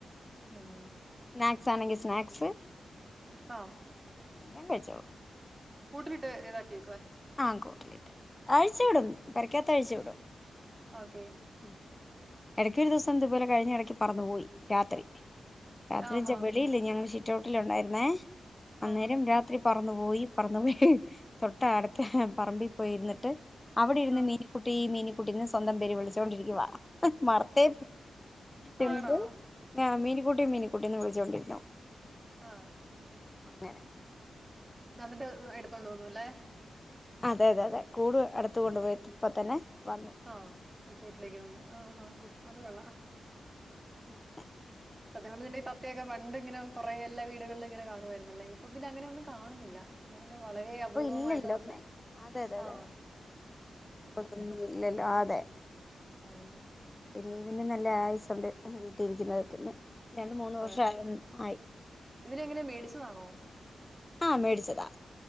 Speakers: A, on the right; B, on the left.
A: ഉം ഉം
B: സ്നാക്സ് ആണെങ്കി സ്നാക്സ്
A: ആഹ്
B: എല്ലാം കഴിച്ചോളും
A: കൂട്ടിലിട്ട് ഏതാക്കി.
B: ആ കൂട്ടിൽ അഴിച്ചു വിടും. പേരാക്കാത്തഴിച്ച് വിടും.
A: ഓക്കെ.
B: ഉം ഇടയ്ക്കൊ
A: ഉം
B: ഒരു ദിവസം ഇത് പോലെ കഴിഞഇടക്ക പറന്നു പോയി രാത്രി രാത്രി
A: ആഹാ
B: ന്നുവെച്ചാൽ വെളിയിലെ ഞങ്ങൾ സിറ്റ് ഔട്ടിൽ ഉണ്ടായിരുന്നേ അന്നേരം
A: ആഹ്
B: രാത്രി പറന്നു പോയി പറന്നു പോയി തൊട്ടെ അടുത്തെ പറമ്പിൽ പോയി ഇര്ന്നിട്ട് അവിടെ ഇര്ന്ന്
A: ആഹ്
B: മീനുക്കുട്ടി മീനുക്കുട്ടിന്ന് സ്വന്തം പേര് ച്ചോണ്ട് ഇരിക്കുവാ മറത്തെ എന്നിട്ട്
A: ആണോ?
B: ഏ മീനിക്കുട്ടി മീനിക്കുട്ടിന്ന് വിളി ജോലികഴിഞ്ഞോ?
A: ആ
B: അങ്ങനെ
A: നന്നിട്ട് എടുത്തോണ്ട് പോവുന്നു ലെ
B: അതെ അതെ അതെ കൂട് അടുത്ത്. കൊണ്ട് പോയി ഇപ്പ തന്നെ വന്നു
A: ആ കൂട്ടിലേക്ക് വന്നു ആ ഹാ
B: കൂട്ടിലേക്ക്
A: അതുകെള്ളാം
B: വന്നു അങ്ങനെ
A: സത്യം പറഞ്ഞ്ന്ന് ഇണ്ടെങ്കി തത്തയൊക്കെ പണ്ട് ഇങ്ങനെ കൊറെ എല്ലാ വീടുകളിലും ഇങ്ങനെ കാണുമായിരുന്ന് അല്ലേ ഇപ്പൊ പിന്നെ അങ്ങനെയൊന്നും കാണുന്നില്ല അയ് പിന്നെ വളരെ
B: ആ ഇപ്പൊ
A: അപൂർവമായിട്ട്
B: ഇല്ലല്ലോ
A: മാത്രേ
B: ന്നെ അതെ അതെ അതെ
A: ആ
B: അതെ ഇപ്പൊ അതൊന്നും ഇല്ലല്ലോ ആ അതെ
A: അതെന്നെ
B: <unintelligible> ന് നല്ല ആയുസുണ്ട് വീട്ടി ഇരിക്കുന്നവർക്കെന്നെ രണ്ട് മൂന്ന് വർഷ
A: അതെ
B: ആയെന്ന് ആയി
A: ഇതിനെങ്ങനെ മേടിച്ചതാണോ
B: ആ മേടിച്ചതാ